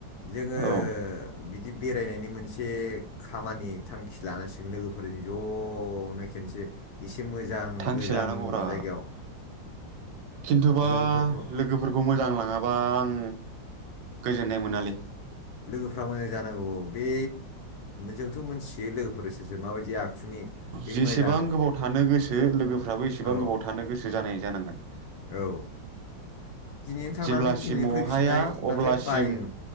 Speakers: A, on the left (about 65°); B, on the right (about 75°).
A: जोङो
B: औ
A: बिदि बेरायनायनि मोनसे खामानि थांखि लानांसिगोन लोगोफोरजों ज' नो खेनसे एसे मोजां
B: थांखि
A: गोजान
B: लानांगौब्रा
A: जायगायाव
B: खिन्थुबा
A: लोगोफोरखौ
B: लोगोफोर खौ मोजां लाङाबा आं गोजोननाय मोनालै
A: लोगोफ्रा मोजां जानांगौ बे जोंथ' मोनथियो लोगोफोर सोर सोरो माबायदि आखुनि बे
B: जेसेबां
A: मोजां
B: गोबाव थानो गोसो लोगोफ्राबो एसेबां
A: औ
B: गोबाव थानो गोसो जानाय जानांगोन
A: औ दिनैनो थांनानै
B: जेब्लासिम
A: दिनैनो
B: अहाया
A: फैफिननाय
B: अब्लासिम
A: बाथाय बायो